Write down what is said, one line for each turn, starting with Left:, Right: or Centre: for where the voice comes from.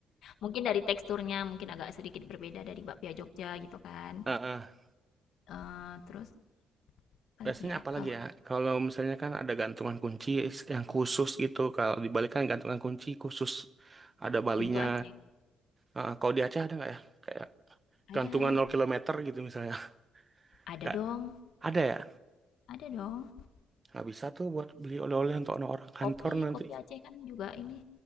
Left: Mungkin dari teksturnya mungkin agak sedikit berbeda dari bakpia Jogja gitu kan.
Right: Ah, ah.
Left: Eh, terus apa
Right: Biasanya
Left: lagi ya?
Right: apa
Left: Kalau
Right: lagi ya? Kalau misalnya kan ada gantungan kunci yang khusus gitu. Kalau dibalikkan gantungan kunci khusus ada balinya.
Left: pintu Aceh
Right: Heeh, kalau di Aceh ada nggak ya? Kayak
Left: ada,
Right: gantungan nol kilometer gitu misalnya.
Left: ada
Right: Nggak
Left: dong,
Right: ada ya?
Left: ada dong.
Right: Nggak bisa tuh buat beli oleh-oleh untuk orang kantor
Left: Kopi,
Right: nanti.
Left: kopi Aceh kan juga ini